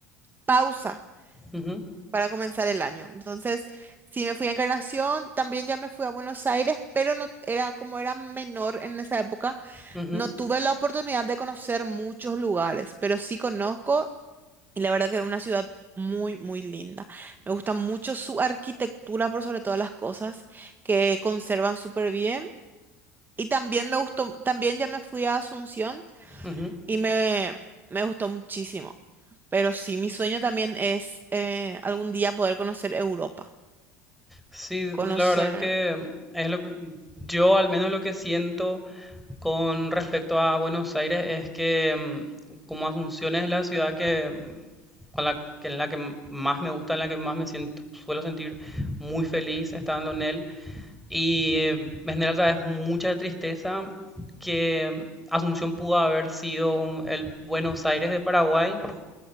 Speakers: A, on the right (about 25°); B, in the centre.
A: pausa
B: ujú,
A: para comenzar el año. Entonces, sí me fui a Encarnación, también ya me fui a Buenos Aires, pero no era como era menor en esa época,
B: ujú,
A: no tuve la oportunidad de conocer muchos lugares, pero sí conozco y la verdad que es una ciudad muy, muy linda. Me gusta mucho su arquitectura por sobre todas las cosas, que conservan súper bien. Y también me gustó, también ya me fui a Asunción
B: ujú.
A: y me, me gustó muchísimo. Pero sí, mi sueño también es eh, algún día poder conocer Europa.
B: Sí,
A: Conocer,
B: la verdad que es lo que yo al menos lo que siento con respecto a Buenos Aires es que mm, como Asunción es la ciudad que mm, con la que en la que m- más me gusta, en la que más me siento, suelo sentir muy feliz estando en él y eh, me genera sabes mucha tristeza que mm, Asunción pudo haber sido un- el Buenos Aires de Paraguay